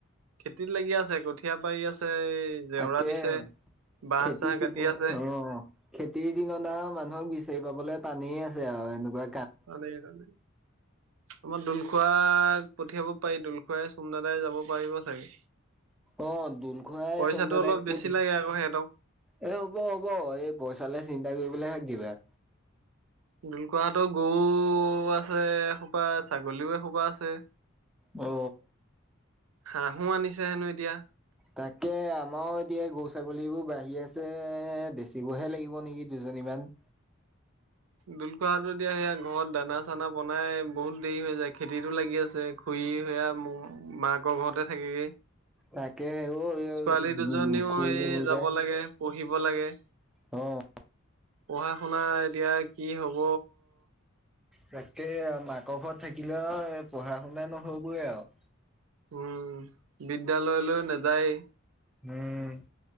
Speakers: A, on the right; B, in the centre.
A: খেতিত লাগি আছে কঠীয়া পাৰি আছে এই জেওৰা
B: তাকে
A: দিছে বাঁহ
B: খেতি
A: চাহ
B: চিজন
A: কাটি আছে
B: অ। খেতিৰ দিনত আও মানুহক বিচাৰি পাবলে টানেই আছে আও এনেকোৱা
A: টানেই, টান। আমাৰ দোলখোৱাক পঠিয়াব পাৰি দোলখুৱাই চুম দাদাই যাব পাৰিব চাগে।
B: অ দুল খুৰাই,
A: পইচাটো
B: চুম দাদাই
A: অলপ বেছি
B: পঠি
A: লাগে আকৌ সিহঁতক
B: এ হ'ব হ'ব এই পইচালে চিন্তা কৰিবলৈ হাক দিবা।
A: দুল খুৰা হতৰ গৰু আছে এসোপা ছাগলীও এসোপা আছে।
B: অ
A: হাঁহো আনিছে হেনো এতিয়া।
B: তাকে আমাৰো এতিয়া গৰু ছাগলীবোৰ বাঢ়ি আছে বেচিবহে লাগিব নেকি দুজনীমান।
A: দুল খুৰাহতৰ এতিয়া সেয়া ঘৰত দানা চানা বনাই বহুত দেৰি হৈ যায় খেতিতো লাগি আছে। খুই সেইয়া ম মাকৰ ঘৰতে থাকেগে।
B: তাকে অ উম
A: ছোৱালী দুজনীও
B: খুৰীজনী
A: সেই যাব
B: যে
A: লাগে পঢ়িব লাগে।
B: অ
A: পঢ়া শুনা এতিয়া কি হব?
B: তাকে মাকৰ ঘৰত থাকিলে আও এ পঢ়া শুনা নহবই আও।
A: উম বিদ্যালয়লৈ নাযায়েই।
B: উম